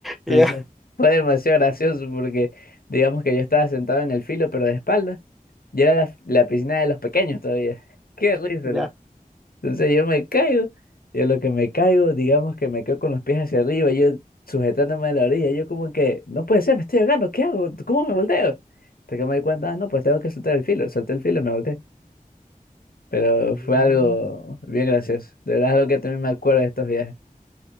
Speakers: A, in the centre; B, on the left (about 80°).
A: ya,
B: Entonces fue demasiado gracioso porque digamos que yo estaba sentado en el filo, pero de espalda Y era la, la piscina de los pequeños todavía. <laughs> Qué risa.
A: ya.
B: loco. Entonces yo me caigo. Y lo que me caigo, digamos que me quedo con los pies hacia arriba, yo sujetándome a la orilla. Yo como que, no puede ser, me estoy ahogando, ¿qué hago? ¿Cómo me volteo? Hasta que me di cuenta, ah, no, pues tengo que soltar el filo. Solté el filo y me volteé. Pero
A: Mm.
B: fue algo bien gracioso. De verdad es algo que también me acuerdo de estos viajes.